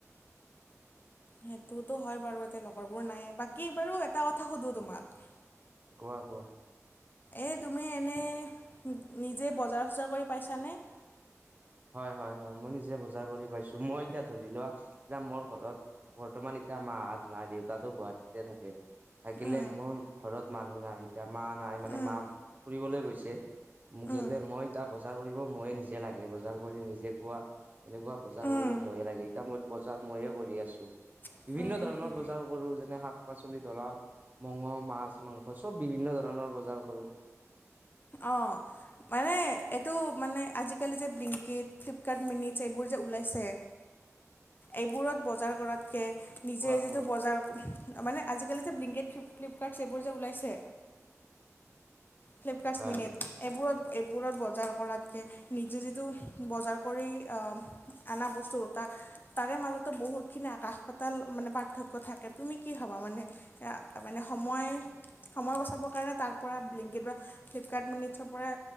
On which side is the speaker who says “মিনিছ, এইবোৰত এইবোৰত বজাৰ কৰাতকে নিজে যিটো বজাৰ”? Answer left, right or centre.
Left